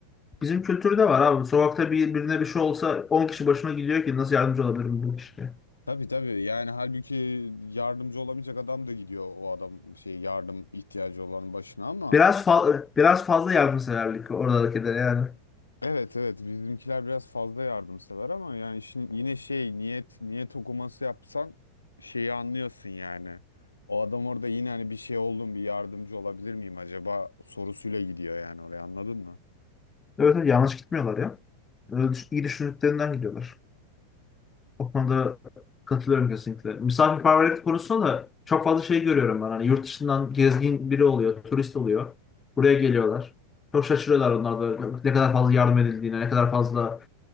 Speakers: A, on the left; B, on the left.
A: Bizim kültürde var abi. Sokakta bir, birine bir şey olsa 10 kişi başına gidiyor ki nasıl yardımcı olabilirim bu kişiye.
B: Tabii tabii yani halbuki yardımcı olamayacak adam da gidiyor o adam şey yardım ihtiyacı olanın başına ama
A: Biraz fa- biraz fazla yardımseverlik oradakilere yani.
B: evet evet bizimkiler biraz fazla yardımsever ama yani şimdi yine şey niyet niyet okuması yapsan şeyi anlıyorsun yani. O adam orada yine hani bir şey oldum bir yardımcı olabilir miyim acaba sorusuyla gidiyor yani oraya anladın mı?
A: Evet, evet yanlış gitmiyorlar ya. Öyle düş- iyi düşündüklerinden gidiyorlar. O konuda katılıyorum kesinlikle. Misafirperverlik konusunda da çok fazla şey görüyorum ben. Hani yurt dışından gezgin biri oluyor, turist oluyor. Buraya geliyorlar. Çok şaşırıyorlar onlar da ne kadar fazla yardım edildiğine, ne kadar fazla